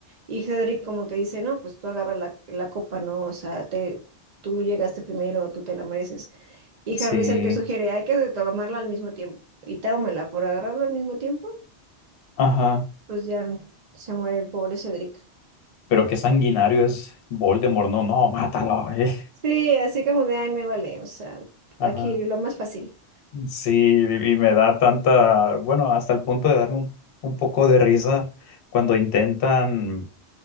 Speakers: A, on the right; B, on the left.
A: y Cedric como que dice, no, pues tú agarra la, la copa, ¿no? O sea, te, tú llegaste primero, tú te la mereces. Y
B: sí,
A: Harry es el que sugiere, hay que tomarla al mismo tiempo. Y tómela por agarrarlo al mismo tiempo,
B: ajá.
A: pues ya se muere el pobre Cedric.
B: Pero qué sanguinario es Voldemort, no, no, mátalo, eh.
A: Sí, así como de, ay, me vale, o sea,
B: <laughs>
A: aquí
B: Ajá.
A: lo más fácil.
B: Sí, y me da tanta, bueno, hasta el punto de darme un, un poco de risa cuando intentan